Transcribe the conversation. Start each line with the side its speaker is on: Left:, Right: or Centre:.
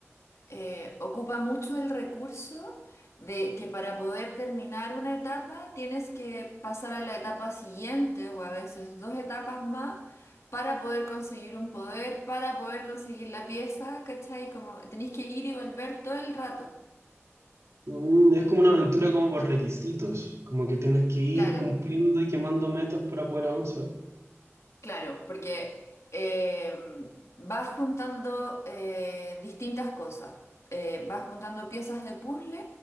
Left: eh, ocupa mucho el recurso de que para poder terminar una etapa tienes que pasar a la etapa siguiente o a veces dos etapas más para poder conseguir un poder, para poder conseguir la pieza, ¿cachai? Como tenéis que ir y volver todo el rato.
Right: Mm, es como una aventura como por requisitos. Como que tienes que ir
Left: Claro,
Right: cumpliendo y quemando metas para poder avanzar.
Left: Claro, porque em, vas juntando eh, distintas cosas. Eh, vas juntando piezas de puzzle